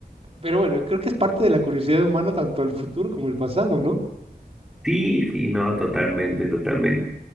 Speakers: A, on the right (about 40°); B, in the centre.
A: pero bueno, creo que es parte de la curiosidad humana, tanto el futuro como el pasado, ¿no?
B: Sí, sí, no, totalmente, totalmente.